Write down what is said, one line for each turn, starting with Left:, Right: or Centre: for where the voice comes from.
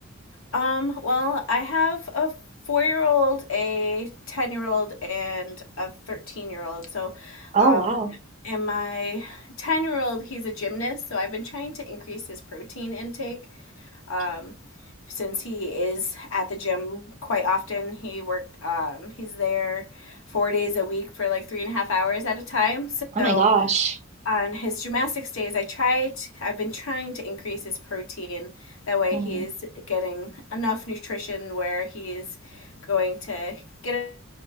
Left: Um, well, I have a four year old, a 10 year old, and a 13 year old. So,
Right: oh
Left: um,
Right: wow
Left: and my 10 year old, he's a gymnast. So I've been trying to increase his protein intake. Um, since he is at the gym quite often, he work, um, he's there four days a week for like three and a half hours at a time. So,
Right: oh my gosh
Left: on his gymnastics days, I tried, I've been trying to increase his protein. That way
Right: Mm.
Left: he's getting enough nutrition where he's going to get